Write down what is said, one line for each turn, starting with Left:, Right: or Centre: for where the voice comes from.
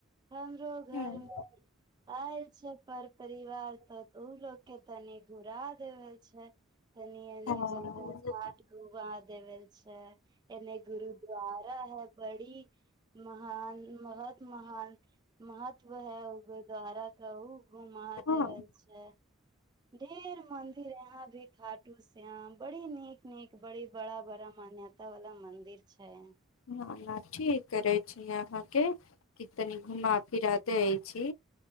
Right: हमरो घर
Left: हँ
Right: मे आएल छै पर परिवार तक ओ लोग के तनि घुरा देवै छै एनी ओनी
Left: हँ
Right: गंगा घाट घूमा देबै अच्छा <unintelligible> एने गुरुद्वारा है बड़ी <unintelligible> महान महत <unintelligible> महान महत्व है गुरद्वारा <unintelligible> कहु ओ महादेवे
Left: हँ
Right: छै <unintelligible> ढेर मंदिर यहा भी <unintelligible> <unintelligible> खाटू श्याम बड़ी नीक <unintelligible> नीक बड़ी बड़ा बड़ा मान्यता <unintelligible> ओत वला मंदिर छै
Left: हँ ठीक करै छी अहाँके की तनि घुमा फिरा दै छी